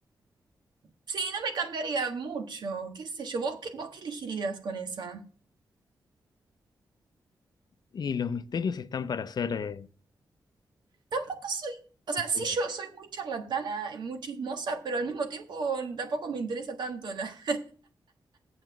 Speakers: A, on the right (about 70°); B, on the left (about 60°).
A: Sí, no me cambiaría mucho, qué sé yo, ¿vos qué, vos qué elegirías con esa?
B: Y los misterios están para ser eh,
A: Tampoco soy, o sea,
B: descubiertos.
A: sí yo soy muy charlatana, y muy chismosa, pero al mismo tiempo tampoco me interesa tanto la...